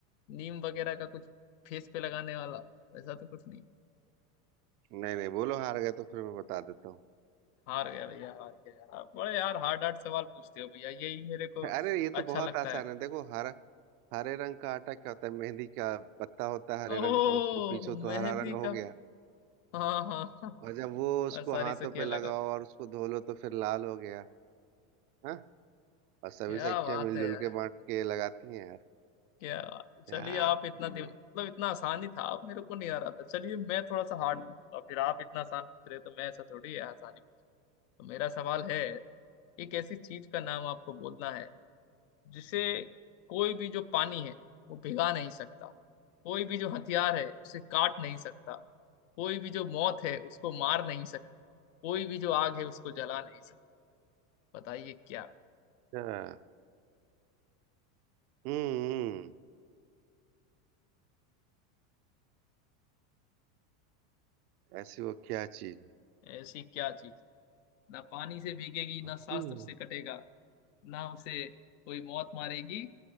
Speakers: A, on the left (about 60°); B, on the right (about 75°).
A: नीम वगैरह का कुछ फेस पे लगाने वाला ऐसा तो कुछ नहीं
B: नहीं नहीं बोलो हार गए तो फिर मैं बता देता हूँ
A: हार गया भैया हार गया आप बड़े यार हार्ड हार्ड सवाल पूछते हो भैया यही मेरे को
B: अरे ये तो
A: अच्छा
B: बहुत
A: लगता
B: आसान है देखो हरा हरे रंग का आटा क्या होता है मेहंदी का पत्ता होता है हरे
A: ओह
B: रंग का उसको पीसो
A: मेहंदी
B: तो हरा रंग
A: का
B: हो गया
A: हाँ हाँ हाँ
B: और जब वो उसको
A: और सारी
B: हाथों
A: सखियां
B: पे लगाओ
A: लगाते
B: और उसको धो लो तो फिर लाल हो गया हाँ? और सभी
A: क्या
B: सखियां
A: बात
B: मिलजुल
A: है यार
B: के बांट के लगाती हैं यार
A: क्या बात है।
B: क्या
A: चलिए आप
B: तो-
A: इतना दिम मतलब इतना आसानी था आप मेरे को नहीं आ रहा था चलिए मैं थोड़ा सा हार्ड पूछता हूँ तो फिर आप इतना आसान पूछ रहे हैं, तो मैं ऐसा थोड़ी है आसानी तो मेरा सवाल है एक ऐसी चीज का नाम आपको बोलना है जिसे कोई भी जो पानी है वो भिगा नहीं सकता कोई भी जो हथियार है उसे काट नहीं सकता कोई भी जो मौत है उसको मार नहीं सकती कोई भी जो आग है उसको जला नहीं सकती बताइए क्या
B: अच्छा हम्म ऐसी वो क्या चीज है
A: ऐसी क्या चीज ना पानी से भीगेगी
B: हम्म,
A: ना शास्त्र से कटेगा ना उसे कोई मौत मारेगी